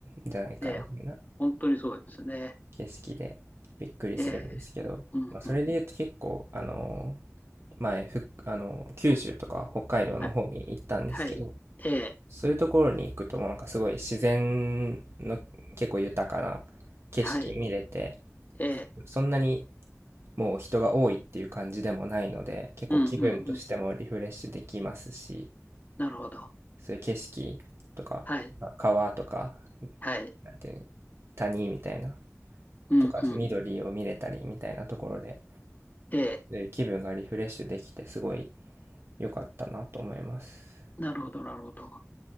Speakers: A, on the right; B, on the left.
A: じゃないかみたいな
B: ね、本当にそうですね。
A: 景色でびっくりするんですけど、
B: ええ。うんうん。
A: まあ、それで言うと結構、あのー前、ふ、あのー九州とか北海道の方に行ったんですけど、
B: はい。はい。ええ。
A: そういうところに行くと、なんかすごい自然の結構豊かな景色見れて、
B: はい。ええ。
A: そんなにもう人が多いっていう感じでもないので、結構気分としてもリフレッシュできますし、
B: うんうんうん。なるほど。
A: そういう景色とか、
B: はい。
A: まあ川とか、
B: はい。
A: なんていうの、谷みたいな、
B: うんうん。
A: とか緑を見れたりみたいなところで、
B: ええ。
A: そういう気分がリフレッシュできてすごい良かったなと思います。
B: なるほど、なるほど。